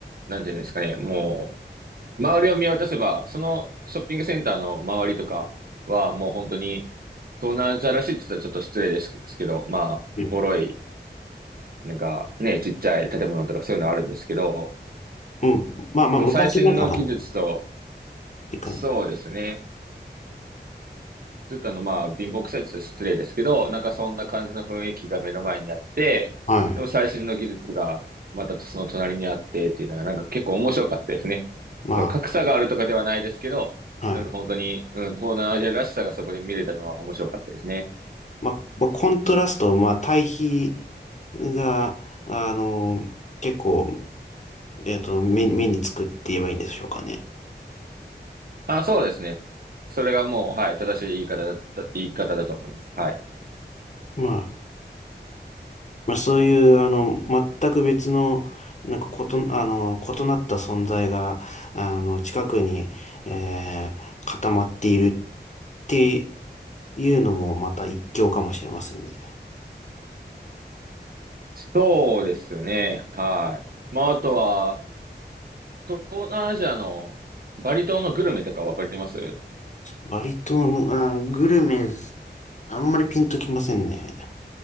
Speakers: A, on the right; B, on the left.
A: なんていうんですかね、もう、周りを見渡せば、そのショッピングセンターの周りとかは、もう本当に、東南アジアらしいって言ったらちょっと失礼ですけど、まあ、
B: うん。
A: ボロい、なんかね、ちっちゃい建物とかそういうのあるんですけど、
B: うん。まあまあ、
A: その最新の技術と、
B: 昔ながらのって感じ。
A: そうですね。ちょっとあの、まあ、貧乏くさいって言ったら失礼ですけど、なんかそんな感じの雰囲気が目の前にあって、
B: はい。
A: でも最新の技術がまたその隣にあってっていうのが、なんか結構面白かったですね。
B: ま
A: 格差があるとかではないですけど、
B: あ、はい。
A: なんか本当に、うん、東南アジアらしさがそこで見れたのは面白かったですね。
B: まあ、まあ、コントラスト、まあ、対比が、あの、結構、えっと、目、目につくって言えばいいんでしょうかね。
A: まあ、そうですね。それがもう、はい、正しい言い方だった、言い方だと思います。はい。
B: まあまあ、そういう、あの、全く別の、なんか、こと、あの、異なった存在が、あの、近くに、えー、固まっているっていうのも、また一興かもしれませんね。
A: そうですね。はい。まあ、あとは、東南アジアのバリ島のグルメとかわかります
B: バリ島の、あー、グルメ、あんまりピンときませんね。